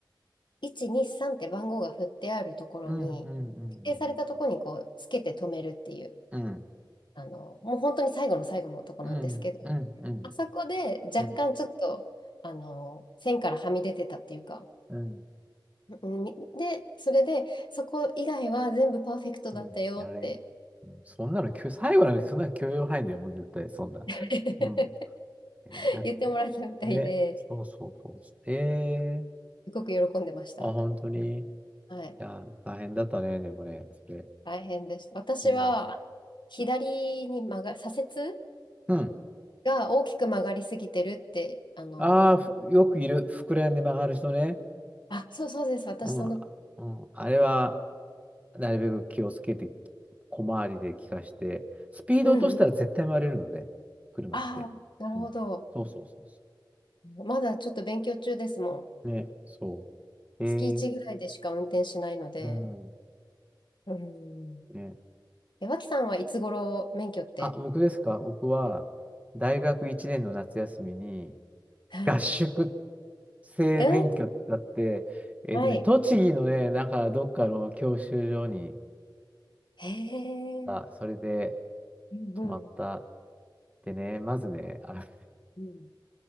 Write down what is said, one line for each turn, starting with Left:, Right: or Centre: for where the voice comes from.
Left: 1、2、3って番号が振ってあるところに、
Right: うん、うん、うん、
Left: 指定されたところに、こう、つけて止めるっていう、
Right: うん、
Left: あの、もう本当に最後の最後のとこなんですけど、
Right: うん、うん、うん、うん、
Left: あそこで若干ちょっと、
Right: うん、うん、
Left: あの、線からはみ出てたっていうか、
Right: うん、
Left: うんみで、それで、そこ以外は全部パーフェクトだったよって
Right: うん、やれ。うんそんなのきゅ、最後なんかそんな許容範囲だよ、もう絶対、そんな。
Left: <laughs>
Right: うん。えーだって。
Left: 言ってもらえたみたいで、
Right: ね、そうそうそうそう。え
Left: すごく喜んでました。
Right: ー、あ、本当に。い
Left: はい。
Right: や、大変だったね、でもね、それ、
Left: 大変でした。私は、
Right: 思う。
Left: あの左に曲が、左折
Right: うん。
Left: が大きく曲がりすぎてるって、あの、
Right: ああ、ふよくいる。膨らんで曲がる人ね。
Left: あ、そうそうです。私、
Right: うん。
Left: その、
Right: うん。あれは、なるべく気をつけて、小回りで効かして、スピード落としたら絶対回れるので、
Left: うんうん。
Right: 車って。
Left: ああ、なるほど。
Right: うん。そうそうそうそ
Left: まだちょっと勉強中ですもん。
Right: う。ね、そう。
Left: 月1ぐらいでしか運転しないので、
Right: えーうん。
Left: うん。
Right: ね。
Left: え、脇さんはいつ頃免許って、
Right: あ、僕ですか僕は、
Left: あ
Right: 大学1年の夏休みに、
Left: はい。
Right: 合宿生免許だって、
Left: うん
Right: えっとね、
Left: はい。
Right: 栃木のね、なんかどっかの教習所に、
Left: へえ。
Right: あ、
Left: うん
Right: それで
Left: うん。
Right: 泊まったでね、まずね、あ、
Left: うん。